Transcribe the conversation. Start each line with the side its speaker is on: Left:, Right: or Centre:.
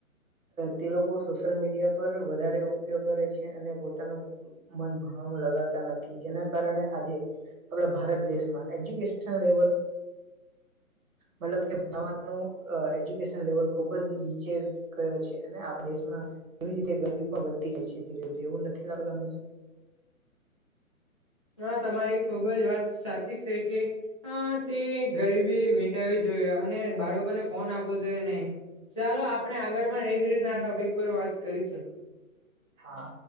Right: તે લોકો સોશિયલ મીડિયા પર વધારે ઉપયોગ કરે છે અને પોતાનું મન ભણવામાં લગાતા નથી જેના કારણે આજે આપણા ભારત દેશમાં એજ્યુકેશન લેવલ
Left: <inaudible>
Right: મતલબ કેવાનું એજ્યુકેશન લેવલ ખુબ જ નીચે ગયો છે અને આપ દેશમાં એવી જ રીતે ગરબી પણ વધતી જાય છે ધીરે ધીરે એવું નથી લાગત અમને
Left: <inaudible> હ તમારી ખુબ જ વાત સાચી છે કે તે ગરીબી મટાવવી જોય. અને બાળકોને ફોન આપવો જોઈએ નહી. ચાલો આપણે આગળ પણ એજ રીતના આ ટોપિક પર વાત કરીશું.
Right: હા.